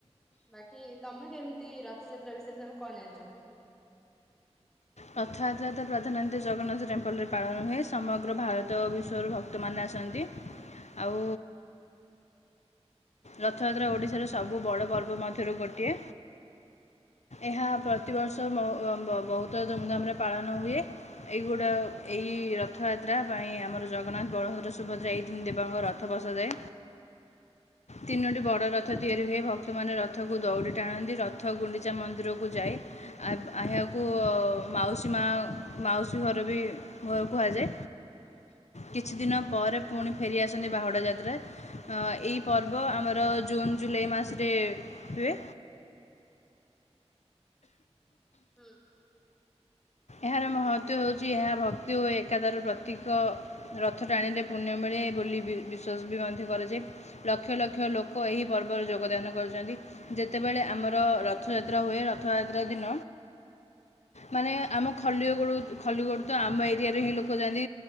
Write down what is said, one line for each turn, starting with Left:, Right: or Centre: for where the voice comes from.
Centre: ବାକି ତମେ କେମ ତି ରଥଯାତ୍ରା ବିଷୟରେ ତମେ କଣ ଜାଣିଚ?
Left: ରଥଯାତ୍ରା ତ ପ୍ରଧାନ ଜଗନ୍ନାଥ ଟେମ୍ପଲରେ ପାଳନ ହୁଏ, ସମଗ୍ର ଭାରତ ବିଶ୍ୱରୁ ଭକ୍ତମାନେ ଆସନ୍ତି, ଆଉ ରଥଯାତ୍ରା ଓଡ଼ିଶାର ସବୁ ବଡ଼ ପର୍ବ ମଧ୍ୟରୁ ଗୋଟିଏ, ଏହା ପ୍ରତିବର୍ଷ ବ-ବ-ବହୁ ତ ଧୁମଧାମରେ ପାଳନ ହୁଏ, ଏଇଗୁଡ଼ା ଏଇ ରଥଯାତ୍ରା ପାଇଁ ଆମର ଜଗନ୍ନାଥ, ବଳଭଦ୍ର, ସୁଭଦ୍ରା ଏଇ ତିନି ଦେବଙ୍କ ରଥ ବସାଯାଏ, ତିନୋଟି ବଡ଼ ରଥ ତିଆରି ହୁଏ ଭକ୍ତମାନେ ରଥକୁ ଦୌଡ଼ି ଟାଣନ୍ତି ରଥ ଗୁଣ୍ଡିଚା ମନ୍ଦିରକୁ ଯାଏ, ଏ -ଏହାକୁ ପ ମାଉସୀ ମା ମାଉସୀ ଘରବି ଘର କୁହାଯାଏ, କିଛିଦିନ ପରେ ପୁଣି ଫେରିଆସନ୍ତି ବାହୁଡ଼ା ଯାତ୍ରା, ଏଇ ପର୍ବ ଆମର ଜୁନ୍ ଜୁଲାଇ ମାସରେ ହୁଏ।
Centre: ହୁଁ।
Left: ଏହାର ମହତ୍ବ ହଉଚି ଏହା ଭ କ୍ତି ଓ ଏକତାର ପ୍ରତୀକ ରଥ ଟାଣିଲେ ପୁଣ୍ୟ ମିଳେ ବୋଲି ବି-ବିଶ୍ୱାସ ବି ମଧ୍ୟ କରାଯାଏ, ଲକ୍ଷ ଲକ୍ଷ ଲୋକ ଏହି ପର୍ବରେ ଯୋଗଦାନ କରୁଛନ୍ତି, ଯେତେବେଳେ ଆମର ରଥଯାତ୍ରା ହୁଏ ରଥଯାତ୍ରା ଦିନ ମାନେ ଆମ ଖଲିଗଡ଼ ଖଲିଗଡରୁ ତ ଆମ ଏରିଆରେ ହିଁ ଲୋକ ଯାଆନ୍ତି,